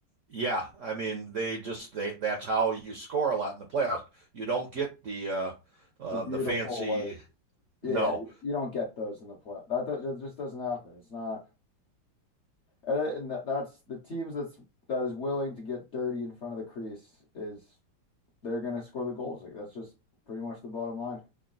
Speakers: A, on the right (about 70°); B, on the left (about 60°).
A: yeah, I mean they just they that's how you score a lot in the playoffs. You don't get the uh, uh,
B: The beautiful
A: the fancy
B: like yeah,
A: no
B: you, you don't get those in the play. That, does- that just doesn't happen. It's not, and, it- and that, that's the teams that's that is willing to get dirty in front of the crease is they're gonna score the goals. Like that's just pretty much the bottom line.